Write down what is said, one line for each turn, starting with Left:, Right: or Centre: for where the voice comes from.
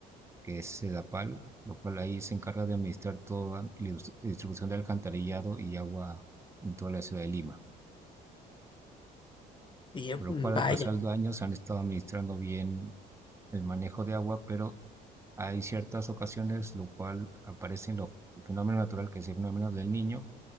Right: que es Sedapal, lo cual ahí se encarga de administrar toda la dis- distribución de alcantarillado y agua en toda la ciudad de Lima,
Left: Y yo,
Right: por lo
Left: mm,
Right: cual al
Left: vaya,
Right: pasar los años han estado administrando bien el manejo de agua, pero hay ciertas ocasiones lo cual aparecen los el fenómeno natural que es el fenómeno del niño,